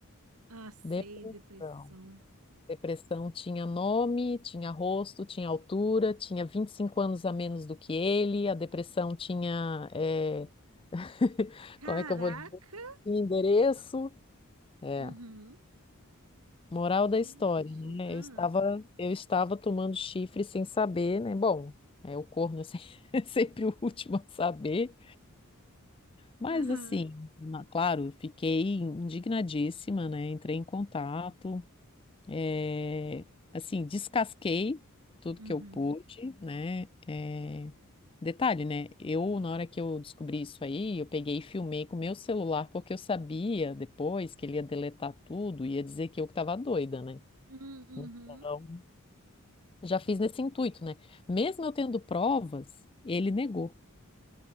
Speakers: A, on the right; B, on the left.
A: Ah, sei,
B: depressão.
A: depressão.
B: Depressão tinha nome, tinha rosto, tinha altura, tinha 25 anos a menos do que ele, a depressão tinha, é, <laughs>
A: Caraca.
B: como é que eu vou dizer? Endereço. É.
A: Uhum.
B: Moral
A: Gente,
B: da história, né?
A: ah,
B: Eu estava, eu estava tomando chifre sem saber, né? Bom, é, o corno é se- <laughs> é sempre o último a saber, mas
A: aham.
B: assim, na- claro, fiquei indignadíssima, né? Entrei em contato, é, assim, descasquei tudo
A: Uhum.
B: que eu pude, né? É, detalhe, né? Eu, na hora que eu descobri isso aí, eu peguei e filmei com o meu celular, porque eu sabia depois que ele ia deletar tudo, ia dizer que eu que estava doida, né?
A: Hum, uhum.
B: Então Já fiz nesse intuito, né? Mesmo eu tendo provas, ele negou.